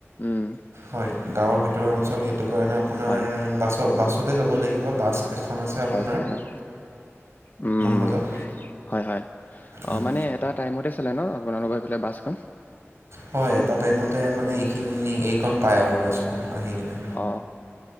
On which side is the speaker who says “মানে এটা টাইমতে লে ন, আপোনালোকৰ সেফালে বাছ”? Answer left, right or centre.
Left